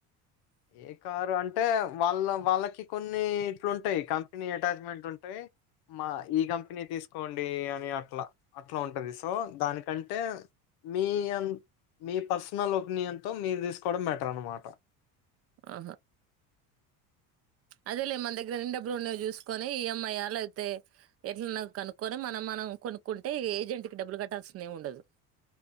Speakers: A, on the left; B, on the right.
A: ఏ కారు అంటే వాళ్ళ వాళ్ళకి కొన్ని ఇట్లుంటయి కంపెనీ అటాచ్మెంట్ ఉంటయి. మా ఈ కంపెనీ తీసుకోండి అని అట్లా అట్లా ఉంటది, సో దానికంటే మీ అం మీ పర్సనల్ ఒపీనియన్ తో మీరు తీసు కొవడం బెటర్ అనమాట.
B: ఆహా అదే లే మన దగ్గర ఎన్ని డబ్బులు ఉన్నాయో చూసుకొని ఈఎంఐ అ లేకపోతే ఎట్లానో కొనుక్కొని, మనం మనం కొనుక్కుంటే ఏజెంట్ కి డబ్బులు కట్టాల్సింది ఎం ఉండదు.